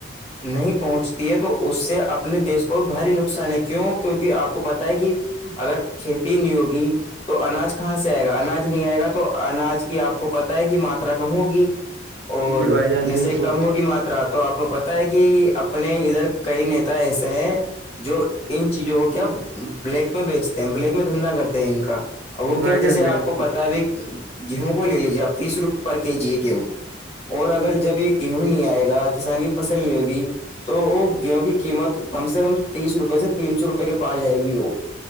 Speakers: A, on the left; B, on the right.
A: نہیں پہنچتی ہے تو اس سے اپنے دیش کو بھاری نقصان ہے کیوں کیونکہ آپ کو پت ہے کہ اگر کھیتی نیوگی تو اناج کہاں سے آئے گا اناج نہیں آئے گا تو اناج کی آپ کو پت ہے کہ ماترا کم ہوگی اور
B: جی بھائی جان
A: جیسے
B: بالکل
A: کم ہوگی ماترا تو آپ کو پتا ہے کہ اپنے ادھر کئی نیتا ایسے ہیں جو ان چیزوں کو کیا بلیک میں بیچتے مپلیک میں دھندا کرتے ہیں ان کا وہ کیا
B: بھائی جان
A: جیسے
B: بالکل
A: آپ کو پتا بھی گیہوں کو ل لیجیے آپ تیس روپئےے پر کے جی ہے گیہوں اور اگر جب یہ گیہوں نہیں آئے گا کسان کی فصل نہیں ہوگی تو وہ گیہوں کی قیمت کم سے کم تیس روپئے سے تین سو روپئے کے پاس جائے گی وہ